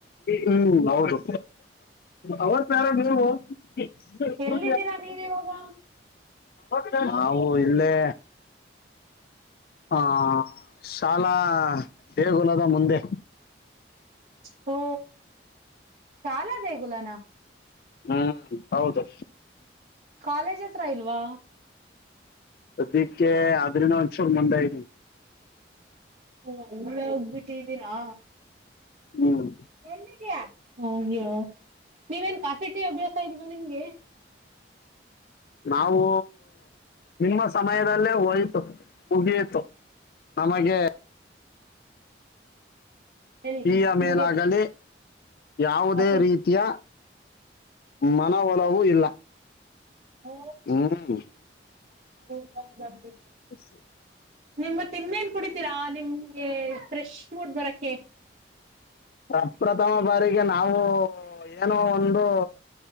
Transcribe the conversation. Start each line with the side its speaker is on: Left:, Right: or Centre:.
Left: ಹ್ಮ್ ಹೌದು ಅವ ಪಾರ ನೀವು ಸಿ ಗು
Right: ಎಲ್ಲಿದ್ದೀರಾ ನೀವ್ ಇವಾಗ
Left: ಕ ಹಾವು ಇಲ್ಲೇ ಹ ಶಾಲಾ ದೇಗುಲದ ಮುಂದೆ
Right: ಹ ಶಾಲ ದ ಕುುಲನಾ
Left: ಹ್ಮ್ ಹೌದು
Right: ಕಾಲೇಜ್ ಹತ್ರ ಇಲ್ವಾ
Left: ಪ್ರದಕ್ಕೆ ಅದನ ಮನುಷುರ್ಮಟಾಯ
Right: ಹ ಇಲ್ಲೆ ಹೋಗಬಿಟ್ಟಿದ್ದೀರಾ
Left: ಹ್ಮ್
Right: ಎಲ್ಲ ಹೋಗ್ಯ ನೀವೇನ್ ಕಾಫಿ ಟೀ ಅಭ್ಯಾಸ ಇದೀವಾ ನಿಮ್ಗೆ
Left: ನಾವು ನಿಮ್ಮ ಸಮಯದಲ್ಲೇ ಹೋಯ್ತು ಉಗಿಯತು ನಮಗೆ
Right: ಹೇಳಿ
Left: ಈಯ
Right: ನಿಮ್ಗೆ
Left: ಮೇಲಾಗಲಿ ಯಾವುದೇ
Right: ಕಾಫಿ
Left: ರೀತಿಯ ಮನವಲವೂ ಇಲ್ಲ
Right: ಹ್
Left: ಹ್ಮ್
Right: ಹೌದ ಹೌದೌದು
Left: ಹ
Right: ನಿಮ್ ಇನ್ನೇನ್ ಕುಡಿತೀರಾ ನಿಮ್ಗೆ ಫ್ರೆಶ್ ಮೂಡ್ ಬರಕೆ
Left: ಪ್ರಪ್ರಥಮ ಬಾರಿಗೆ ನಾವು ಏನೋ ಒಂದು